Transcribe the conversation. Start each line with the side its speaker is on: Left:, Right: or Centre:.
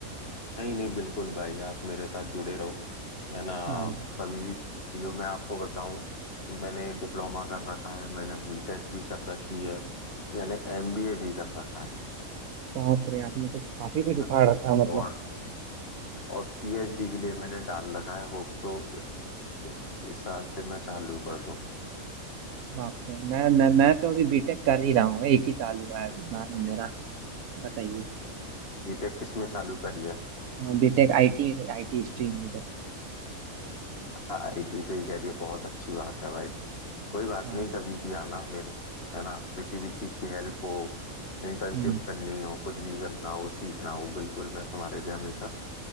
Left: नहीं नहीं बिल्कुल भाई आप मेरे साथ जुड़े रहो है ना आप
Right: हाँ
Left: कभी भी सीखती हो मैं आपको बताऊं मैंने डिप्लोमा कर रखा है मैंने बीटेक भी कर रखी है मैंने एमबीए भी कर रखा है
Right: बाप रे आपने तो काफी कुछ
Left: हाँ।
Right: उखाड़ रखा है मतलब
Left: और और पीएचडी के लिए मैंने डाल रखा है होप सो इस, इस साल से मैं चालू कर दूं
Right: बाप रे मैं मैं मैं तो अभी बीटेक कर ही रहा हूँ एक ही साल हुआ है अभी हमारा मेरा बताइए
Left: बीटेक किस में चालू करी है
Right: B Tech IT आईटी स्ट्रीम में कर
Left: आईटी से ही करी है बहुत अच्छी बात है भाई कोई बात
Right: हाँ
Left: नहीं कभी भी आना मेरे पास है ना किसी भी चीज की हेल्प हो इंटर्नशिप
Right: हम्म
Left: करनी हो कुछ भी करना हो सीखना हो बिल्कुल मैं तुम्हारे लिए हमेशा